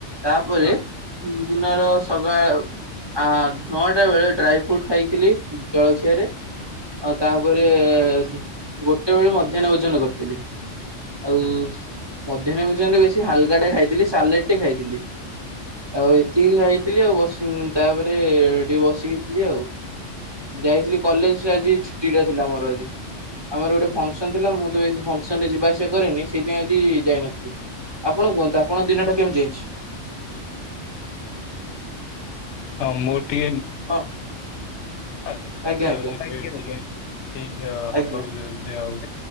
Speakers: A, on the right; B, on the left.
A: ତାପରେ।
B: ହଁ
A: ଦିନର ସକାଳ ଆଁ ନଅଟା ବେଳେ ଡ୍ରାଇ ଫ୍ରୁଟ୍। ଖାଇଥିଲି ଜଳଖିଆରେ। ଆଉ ତାପରେ ଉଁ। ଗୋଟେ ବେଳେ ମଧ୍ୟାହ୍ନ ଭୋଜନ କରିଥିଲି ଆଉ
B: ହଁ
A: ମଧ୍ୟାହ୍ନ ଭୋଜନରେ ବେଶୀ ହାଲକାଟେ ଖାଇଥିଲି ସାଲାଡ୍ ଟେ ଖାଇଥିଲି ଆଉ ଏତିକି ଖାଇ। ଥିଲି ଆଉ ବସି ତାପରେ ଟିକେ ବସିକି ଥିଲି ଆଉ ଯାଇଥିଲି କଲେଜ। ଆଜି ଛୁଟିଟା ଥିଲା ମୋର ଆଜି। ଆମର ଗୋଟେ ଫଙ୍ଗସନ୍ ଥିଲା ମୁଁ ତ ବେସି ଫଙ୍ଗସନ ରେ ଯିବା ଆସିବା କରେନି ସେଇଥି ପାଇଁ ଆଜି ଯାଇନଥିଲି। ଆପଣ କୁହନ୍ତୁ ଆପଣଙ୍କ ଦିନଟା କେମିତି ଯାଇଛି।
B: ହଁ ମୋର ଟିକେ।
A: ହଁ।
B: ହାତ
A: ଆଜ୍ଞା ଆଜ୍ଞା
B: ଏବେ ଟିକେ ଠିକ ହେ ହବାକୁ
A: ଆଜ୍ଞା
B: ଯାଉଛି ଆଉ।